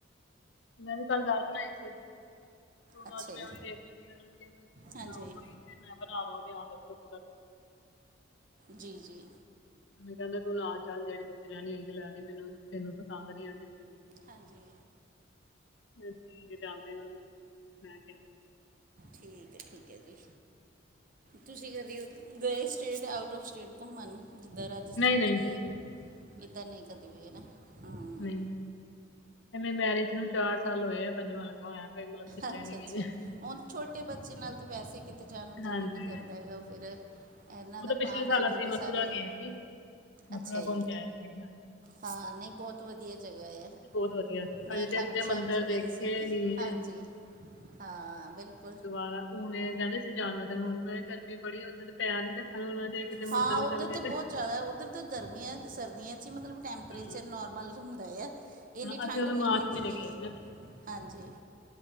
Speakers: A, on the left; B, on the right.
A: ਮੈਂ ਵੀ ਕੱਲ ਦਾਲ ਬਣਾਈ ਸੀ। ਭੈਣ
B: ਅੱਛਾ
A: ਅੱਜ ਮੈਂ
B: ਜੀ
A: ਦੇਖਦੀ ਮੈਂ ਉਹ ਕਿਹਾ
B: ਹਾਂਜੀ
A: ਓ ਕੋਈ ਤੇ ਮੈਂ ਬਣਾਂਦਾ ੳਦੇ ਐਂਡ?
B: ਜੀ ਜੀ।
A: ਮੈਂਨੂੰ ਕਹਿੰਦੇ ਤੁੰ ਨਾਲ ਚੱਲ, ਜਿਹੜੀ ਸਬਜ਼ੀ ਲੈਣੀ ਹੋਗੀ ਲੈ ਲਈ ਮੈਨੂੰ ਤੈਨੂੰ ਪਸੰਦ ਨਹੀਂ ਆਉਂਦੀ ਮੇਰੀ।
B: ਹਾਂਜੀ
A: ਫੇ ਕੀ ਜਾਂਦੇ ਹੋ, ਮੈਂ ਕਿਹਾ?
B: ਠੀਕ ਹੈ- ਠੀਕ ਹੈ ਜੀ। ਤੁਸੀਂ ਕਦੀ ਗਏ ਸਟੇਟ, ਆਊਟ ਓਫ਼ ਸਟੇਟ ਘੁੰਮਣ? ਜਿੱਦਾਂ ਰਾਜਸਥਾਨ
A: ਨਹੀਂ ਨਹੀਂ
B: ਕਦੀ, ਇੱਦਾਂ ਨਹੀਂ ਕਦੇ ਗਏ ਹੈ ਨਾ। ਹਮ,
A: ਨਹੀਂ, ਏ ਮੇਰੀ ਮੈਰਿਜ ਨੂੰ ਚਾਰ ਸਾਲ ਹੋਏ ਆ। ਪੰਜਵਾਂ ਲੱਗਾ ਹੋਇਆ। ਕੋਈ ਮਤਲਬ ਕਿਤੇ
B: ਅੱਛਾ-
A: ਨੀ
B: ਅੱਛਾ
A: ਗਏ
B: ਹੁਣ? ਛੋਟੇ ਬੱਚੇ ਨਾਲ ਤਾਂ ਵੈਸੇ ਵੀ ਕਿਤੇ ਜਾਣ ਨੂੰ ਦਿਲ
A: ਹਾਂਜੀ
B: ਹੀ ਨਹੀਂ ਕਰਦਾ ਹੈਗਾ ਉਹ ਫੇਰ। ਇਹਨਾਂ ਦਾ
A: ਉਹ ਤਾਂ ਪਿਛਲੇ
B: ਪਾਣੀ,
A: ਸਾਲ
B: ਦੁੱਧ
A: ਅਸੀਂ ਮਥੁਰਾ
B: ਸਾਰਾ
A: ਗਏ ਸੀ ਮਥੁਰਾ
B: ਅੱਛਾ ਈ।
A: ਘੁੰਮ ਕੇ ਆਏ ਸੀ ਹਾਂਜੀ
B: ਹਾਂ, ਨਹੀਂ ਬਹੁਤ। ਬਹੁਤ ਵਧੀਆ ਜਗਾ ਹੈ।
A: ਉਹ ਵੀ ਬਹੁਤ ਵਧੀਆ ਸੀ
B: ਮੈਂ
A: ਅਜੇ ਤੇ
B: ਖਾਟੂ
A: ਅੱਧੇ
B: ਸ਼ਾਮ
A: ਮੰਦਿਰ
B: ਜੀ ਗਈ
A: ਦੇਖੇ
B: ਸੀਗੀ,
A: ਨੀ
B: ਹਾਂਜੀ। ਹਾਂ ਬਿਲਕੁਲ।
A: ਬਾਰ ਲੂਹ ਹੈ ਇਹ ਕਹਿੰਦੇ ਸੀ ਜਾਨਾ ਨਹੀਂ ਦੇਣਾ। ਹੁਣ ਮੈਂ ਕਿਹਾ। ਗਰਮੀ ਬੜੀ ਉੱਥੇ ਤੇ ਪੈਰ ਨੀ ਰੱਖਣ ਹੋਣਾ ਜੇ। ਕਿਤੇ
B: ਹਾਂ
A: ਮੰਦਿਰ ਵੀ
B: ਉੱਧਰ
A: ਚੱਲ ਗਏ
B: ਤਾਂ ਬਹੁਤ
A: ਤੇ
B: ਜ਼ਿਆਦਾ ਉੱਧਰ ਤਾਂ ਗਰਮੀਆਂ, ਸਰਦੀਆਂ 'ਚ ਹੀ ਮਤਲਬ ਟੈਂਪਰੇਚਰ
A: ਹਾਂ
B: ਨੋਰਮਲੁੰ ਦਾ ਆ, ਇੰਨੀ
A: ਹਾਂ,
B: ਠੰਡ
A: ਅਸੀਂ ਉਦੋਂ
B: ਨਹੀਂ
A: ਮਾਰਚ
B: ਹੁੰਦੀ
A: ਮਹੀਨੇ
B: ਹੈਗੀ,
A: ਗਏ ਸੀ ਨਾ
B: ਹਾਂਜੀ।